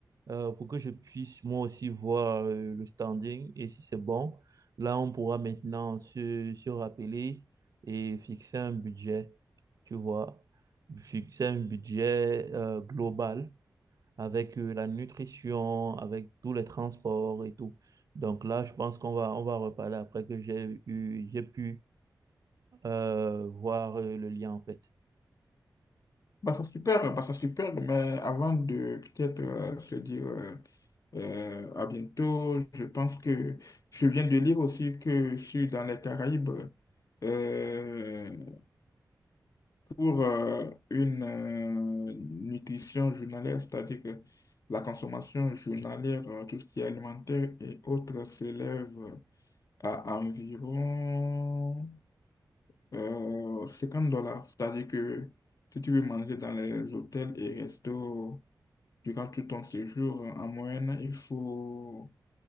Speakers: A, on the right; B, on the left.
A: euh, pour que je puisse moi aussi voir euh, le standing. Et si c'est bon, là, on pourra maintenant se, se rappeler et fixer un budget, tu vois, fixer un budget euh, global avec euh, la nutrition, avec tous les transports et tout. Donc là, je pense qu'on va, on va reparler après que j'ai eu, j'ai pu euh, voir euh, le lien en fait.
B: Bah, ça super, bah, ça super, mais avant de peut-être euh, se dire euh, euh, à bientôt, je pense que je viens de lire aussi que sur dans les Caraïbes, euh, pour euh, une euh, nutrition journalière, c'est-à-dire que la consommation journalière, euh, tout ce qui est alimentaire et autres, s'élève euh, à environ euh, 50 dollars. C'est-à-dire que si tu veux manger dans les hôtels et restos durant tout ton séjour, en moyenne, il faut